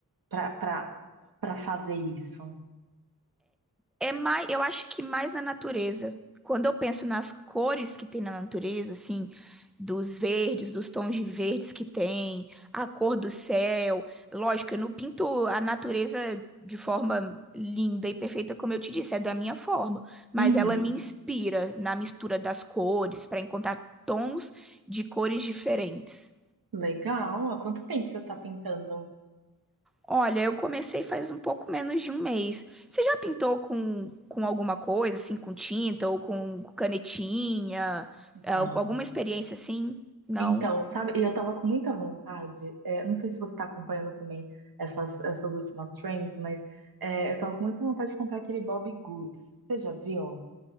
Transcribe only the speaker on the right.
pra, pra, pra fazer isso?
Uhum.
Legal. Há quanto tempo você tá pintando?
Não.
Então, sabe, e eu tava com muita vontade, é, não sei se você tá acompanhando também essas, essas últimas trends, mas é, eu tava com muita vontade de comprar aquele Bobbie Goods. Você já viu?